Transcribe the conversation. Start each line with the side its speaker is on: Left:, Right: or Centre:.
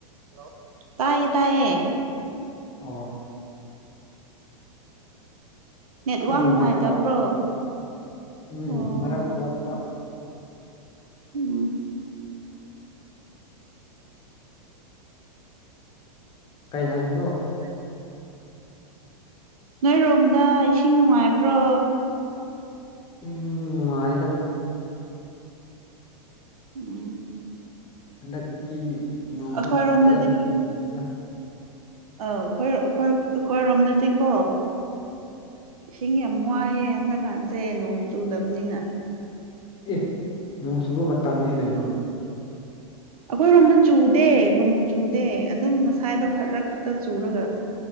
Right: ꯍꯜꯂꯣ ꯇꯥꯌꯦ ꯇꯥꯌꯦ
Left: ꯑꯣ
Right: ꯅꯦꯠꯋꯥꯛ
Left: ꯈꯔ ꯅꯨꯡꯉꯥꯏꯗꯕ
Right: ꯅꯨꯡꯉꯥꯏꯇꯕ꯭ꯔꯣ
Left: ꯎꯝ
Right: ꯑꯣ
Left: ꯃꯔꯛ ꯃꯔꯛꯇ
Right: ꯎꯝ
Left: ꯀꯩ ꯍꯥꯏꯕꯅꯣ
Right: ꯀꯩ ꯍꯥꯏ ꯅꯣꯏꯔꯣꯝꯗ ꯏꯁꯤꯡ ꯅꯨꯡꯉꯥꯏꯕ꯭ꯔꯣ
Left: <unintelligible> ꯅꯨꯡꯉꯥꯏꯗ
Right: ꯎꯝ
Left: ꯍꯟꯗꯛꯇꯤ ꯅꯣꯡꯁꯨ
Right: ꯑꯩꯈꯣꯏꯔꯣꯝꯗꯗꯤ
Left: ꯐꯖꯅ <unintelligible>
Right: ꯑ ꯑꯈꯣꯏ ꯑꯈꯣꯏ ꯑꯈꯣꯏꯔꯣꯝꯗꯗꯤꯀꯣ ꯏꯁꯤꯡ ꯌꯥꯝ ꯋꯥꯏꯑꯦ ꯍꯟꯛꯀꯥꯟꯁꯦ ꯅꯣꯡ ꯆꯨꯗꯕ꯭ꯅꯤꯅ
Left: ꯑꯦ ꯅꯣꯡ ꯆꯨꯕ ꯃꯇꯝꯅꯤ ꯀꯩꯅꯣ
Right: ꯑꯈꯣꯏꯔꯣꯝꯗ ꯆꯨꯗꯦ ꯅꯣꯡ ꯆꯨꯗꯦ ꯑꯗꯨꯝ ꯉꯁꯥꯏꯗꯣ ꯈꯔ ꯈꯠꯂ ꯆꯨꯔꯒ